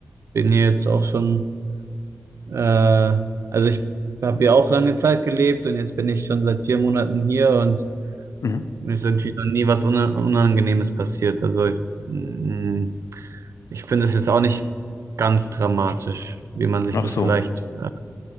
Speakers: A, on the right; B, on the left.
A: bin hier jetzt auch schon, äh, also ich habe hier auch lange Zeit gelebt und jetzt bin ich schon seit vier Monaten hier und
B: Mhm.
A: mir ist irgendwie noch nie was Una- Unangenehmes passiert. Also ich, mm, ich finde es jetzt auch nicht ganz dramatisch, wie man sich
B: Ach
A: das
B: so,
A: vielleicht äh,